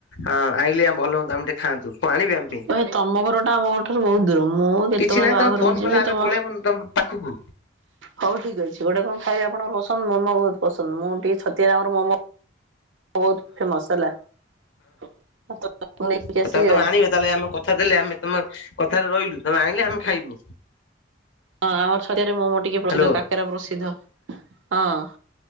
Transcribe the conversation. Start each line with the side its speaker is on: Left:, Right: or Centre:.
Left: ଆଁ ଆଣିଲେ ଆମ ଭଲ ହୁ ଆମେ ଟିକେ ଖାଆନ୍ତୁ କଣ ଆଣିବେ ଆମ ପାଇଁ
Right: ଭାଇ ତମ ଘର ଟା ଆମ ଘରଠାରୁ ବହୁତ ଦୂର ମୁଁ କେତେବେଳେ
Left: କିଛି ନାଇଁ
Right: ବାହାଘରକୁ
Left: ତମେ ଫୋନ
Right: ଯିବି
Left: କଲେ ଆମେ
Right: ତମ
Left: ପଳେଇବୁନୁ। ତମ ପାଖକୁ।
Right: ହଉ ଠିକ ଅଛି ଗୋଟେ କଣ ଖାଇବେ ଆପଣଙ୍କ ପସନ୍ଦ ମୋମୋ ବହୁତ ପସନ୍ଦ ମୁଁ ଟିକେ ଛତିଆରେ ଆମର ମୋମୋ। ମୋମୋ ବହୁତ ଫେମସ ହେଲା ଆଉ ତ ମୁ ନେଇକି
Left: ହଁ
Right: ଆସିବି
Left: ତାହେଲେ ତମେ
Right: ଆଉ।
Left: ଆଣିବେ ତାହେଲେ ଆମକୁ କଥା ଦେଲେ ଆମେ ତମେ କଥାରେ ରହିଲୁ ତମେ ଆଣିଲେ ଆମେ ଖାଇବୁ।
Right: ହଁ ଆମର ଛତିଆ ରେ ମୋମୋ ଟିକେ ପ୍ରସିଦ୍ଧ
Left: ହ୍ୟାଲୋ ହଁ
Right: କାକେରା ପ୍ରସିଦ୍ଧ ହଁ।